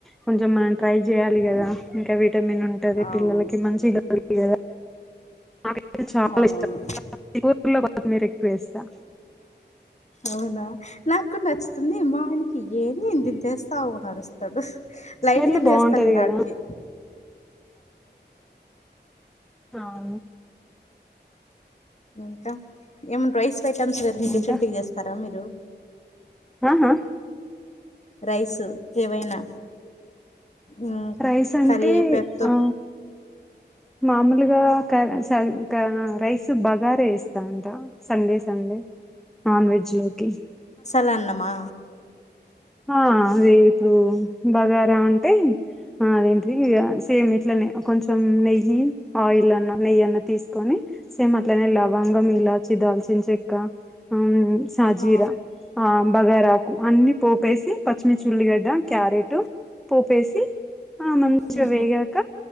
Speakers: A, in the centre; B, on the left.
A: కొంచెం మన ట్రై చేయాలి
B: అవును
A: కదా ఇంకా విటమిన్ ఉంటది
B: అవును
A: పిల్లలకి మంచి హెల్త్ కదా నాకైతే చాలా
B: అవును
A: ఇష్టం కూర్లో కొత్తిమీరు ఎక్కువ వేస్తా
B: అవునా నాకు నచ్చుతుంది మా ఆయ ఏని ఇంతింత ఏస్తావు అని అరుస్ డు లైట్
A: స్మెల్
B: గానే
A: బాగుంటది
B: వేస్తాను నేనాడికి
A: కదా అ
B: ఇంకా ఏమన్నా రైస్ ఐటమ్స్ వేరే డిఫరెంట్
A: ఇంకా
B: గా చేస్ స్తారా మీరు
A: ఆహా ఆ
B: రైసు ఏవైనా ఉమ్,
A: రైస్ అంటే
B: కరివేపాకుతో
A: ఆ మామూలుగా క స క రైస్ బగారే వేస్ ఉంటా సండే సండే నాన్ వెజ్ లోకి
B: లన్నమా
A: ఆ అదే ఇప్పుడు బగారా అంటే ఆ అదేంటి ఇ సేమ్ ఇట్లనే కొంచెం నెయ్యి ఆయిల్ అన్నా నెయ్యి అన్నా తీసుకొని సేమ్ అట్లనే లవంగం ఇలాచి దాల్చిన చెక్క హ్మ్ సాజీరా
B: ఆ
A: ఆ బగారాకు అన్ని పోపేసి పచ్చిమిర్చీ ఉల్లిగడ్డ క్యారెట్ పోపేసి ఆ మంచిగా
B: ఉహు,
A: వేగాక